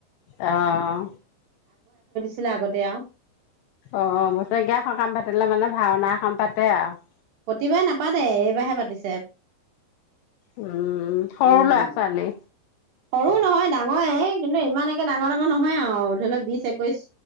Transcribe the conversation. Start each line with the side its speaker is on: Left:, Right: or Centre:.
Left: আহ!
Right: ছিলে আগতে আৰু,
Left: অ' বছেৰেকীয়া সকাম পাতিলে মানে ভাওনা এখন পাতে আৰু
Right: প্ৰতিবাৰে নাপাতে এইবাৰহে পাতিছে।
Left: উম'। উম সৰু
Right: উম
Left: ল'ৰা-ছোৱালী।
Right: সৰু নহয় ডাঙৰে কিন্তু ইমানকে ডাঙৰ, ডাঙৰ নহয় আৰু ধৰি লওক বিশ, একৈশ,